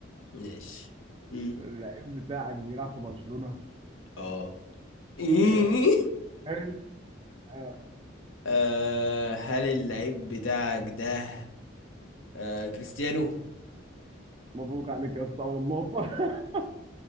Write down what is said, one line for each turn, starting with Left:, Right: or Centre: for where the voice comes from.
Left: ماشي مم.
Right: اللعيب بتاعك بيلعب في برشلونة
Left: اه <laughs> إيه؟
Right: حلو حلو. آه،
Left: آه، هل اللعيب بتاعك ده آه كريستيانو؟
Right: مبروك عليك يا اسطى اول نقطة <laughs>